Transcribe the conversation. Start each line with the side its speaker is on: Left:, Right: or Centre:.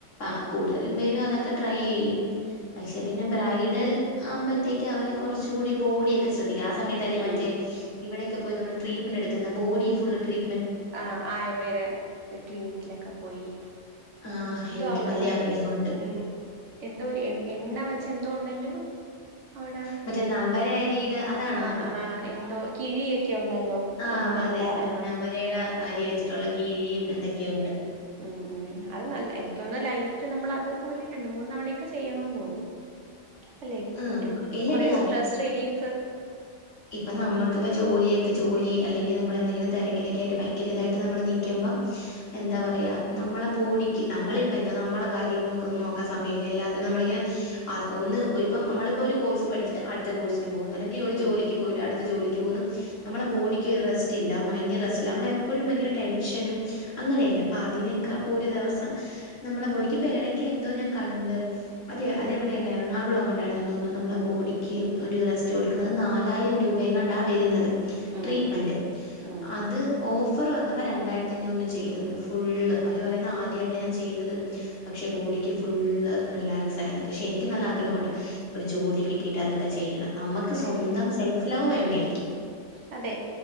Left: ആഹ് കൂടുതലും പേരും അതൊക്കെ ട്രൈ ചെയ്യും പക്ഷെ പിന്നെ ബ്രൈഡൽ ആവുമ്പത്തേക്ക് അവര് കുറച്ചു കൂടി ബോഡിയൊക്കെ ശ്രദ്ധിക്കും ആ സമയത്തല്ലേ
Right: ഉം
Left: മറ്റേ ഇവിടെയൊക്കെ പോയി നമ്മൾ ട്രീറ്റ്മെന്റ് എടുക്കുന്ന ബോഡി ഫുള്ള് ട്രീ
Right: ആഹ് ആഹ് ആയുർവേദ ക്ലിനിക്കിലൊക്കെ പോയി
Left: ആഹ്
Right: ന്തോ
Left: എനിക്ക്
Right: അവിടെ
Left: വലിയ
Right: അതെ
Left: ആഗ്രഹമുണ്ട്.
Right: ഉം എന്തോ ഒരു എ എണ്ണ വെച്ച് എന്തോ ഉണ്ടല്ലോ അവ്ടെ
Left: മറ്റേ നവര അരിയുടെ അതാണോ?
Right: ആഹ് ആഹ് എന്തോ കിഴിയൊക്കെ ഉണ്ടല്ലോ
Left: ആഹ്
Right: എണ്ണയുടെ
Left: അത് തന്നെ
Right: ആഹ്
Left: നവരയുടെ അരി വെച്ചിട്ടുള്ള കിഴിയും എന്തൊക്കെയുണ്ട്
Right: ഉം ഉം അത് നല്ല എനിക്ക് തോന്നുന്നു നൈറ്റ്‌ നമ്മള് അത് ഒരു രണ്ട് മൂന്ന് തവണയൊക്കെ ചെയ്യണോന്ന് തോന്നുന്നു അല്ലെ
Left: ആഹ്
Right: ഒരു
Left: ഇല്ലടി
Right: കൊറേ സ്ട്രെസ് റിലീഫ്
Left: ഇപ്പ നമുക്കിപ്പോ ജോലിയൊക്കെ ജോലി അല്ലെങ്കിൽ നമ്മളെന്തെങ്കിലും തിരക്കിലൊക്കെ ആയിട്ട് ഭയങ്കര ഇതായിട്ട് നമ്മള് നിക്കമ്പം എന്താ പറയാ നമ്മള ബോഡിക്ക് നമ്മളിപ്പഎന്തോ നമ്മള കാര്യങ്ങൾക്കൊന്നും നോക്കാൻ സമയില്ല എല്ലാത്തിനും നമ്മളിങ്ങന അ ഒന്ന് ഓൽപ്പം അമ്മളിപ്പൊര് കോഴ്സ് പഠിച്ചിട്ട് അട്ത്ത കോഴ്സിന് പോകുന്ന് അല്ലെങ്കി ഒരു
Right: ഉം
Left: ജോലിക്ക് പോയിട്ട് അട് ജോലിക്ക് പോകുന്നു നമ്മളെ ബോഡിക്ക് ഒരു റെസ്റ്റ് ഇല്ല മൈന്റ് റെസ്റ്റ് ഇല്ല നമ്മൾ എപ്പോഴും ഭയങ്കര ടെൻഷനും അങ്ങനെയല്ലേ അപ്പതിനേക്ക പ്പോരു ദെവസം നമ്മള ബോഡിക്കിപ്പേടക്കെന്തോ ഞാൻ കണ്ട് അതെ അതെവിടേണ് എറണാ <unintelligible> മണ്ടായിരുന്നു തോന്നുന്നു നമ്മള ബോഡിക്ക് ഒരു റെസ്റ്റ് കൊടുക്കുന്നത് നാലായിരം രൂപയെങ്ങാണ്ടാ വരുന്നത്
Right: ഉം
Left: ട്രീറ്റ്മന്റ്
Right: ഉം ഉം
Left: അത് ഓഫർ വന്നപ്പോൾ രണ്ടായിരത്തി അഞ്ഞൂറിന് ചെയ്തന്ന് ഫുള്ള് അവർ പറയുന്ന് ആദ്യമായിട്ടാ ഞാൻ ചെയ്തത് പക്ഷെ ബോഡിക്ക് ഫുള്ള് റിലാക്സ് ആയെന്നക്കെ പക്ഷെ എനിക്ക് നല്ല ആഗ്രഹ
Right: ഉം ഉം
Left: രു ജോലി കിട്ടീട്ടതൊക്കെ ചെയ്യണം നമുക്ക്
Right: ശരിയാ
Left: സ്വന്തം സെൽഫ് ലവ് വേണ്ടെ
Right: ഉം അതെ